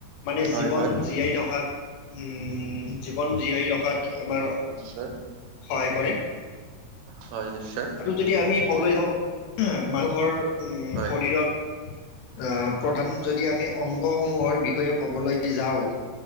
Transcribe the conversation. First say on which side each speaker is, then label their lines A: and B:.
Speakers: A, on the left (about 80°); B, on the right (about 80°).
A: মানে
B: হয়
A: জীৱন
B: হয়
A: জীয়াই ৰখাত জীৱন জীয়াই ৰখাত আমাৰ।
B: নিশ্চয়।
A: সহায় কৰিম।
B: হয় নিশ্চয়।
A: যদি আমি ক'লে যাওঁ মানুহৰ উ
B: হয়
A: শৰীৰত। আহ প্ৰধান যদি আমি অংগসমূহৰ বিষয়ে ক'বলৈ যাওঁ।